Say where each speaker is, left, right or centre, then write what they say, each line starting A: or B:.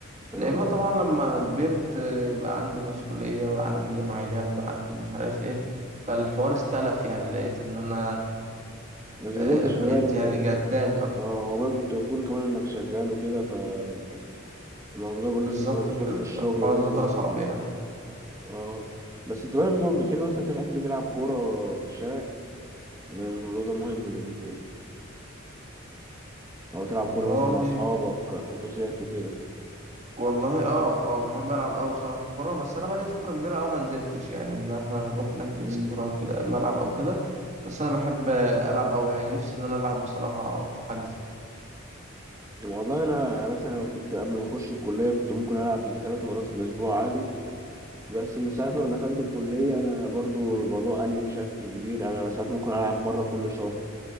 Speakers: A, on the right; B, on the right.
A: اه
B: لأن طبعا لما كبرت آه، بقى عندي مسؤولية بقى عندي جمعيات بقى عندي مش عارف ايه فالحوار اختلف يعني لقيت ان انا
A: غير
B: آه،
A: إن انت شغال
B: بقيت
A: انت
B: يعني جداني اكتر
A: اه برضه انت بتقول كمان انك شغال وكده فالموضوع برضه لازم
B: بالظبط
A: تبقى مسؤول
B: كده
A: في الشغل
B: فالحوار
A: ولازم
B: ده اصعب يعني
A: اه بس انت برضه بتحب مثلا تلعب بتلعب كوره في الشارع لأن الموضوع ده مهم بالنسبه لي أو تلعب كورة
B: والله
A: مثلا مع أصحابك حجوزات وكده
B: والله اه اه بحب العب قوي بصراحة كورة بس انا بقالي فترة كبيرة قوي ما نزلتش يعني ان احنا نروح نحجز
A: مم.
B: كورة او كده ملعب او كده بس انا بحب آه، العب قوي يعني نفسي ان انا العب بصراحة في حجز
A: والله أنا يعني مثلا كنت قبل ما أخش الكلية كنت ممكن ألعب يجي ثلاث مرات في الأسبوع عادي بس من ساعة ما دخلت الكلية أنا برضو الموضوع قل لي بشكل كبير أنا ساعات ممكن ألعب مرة كل شهر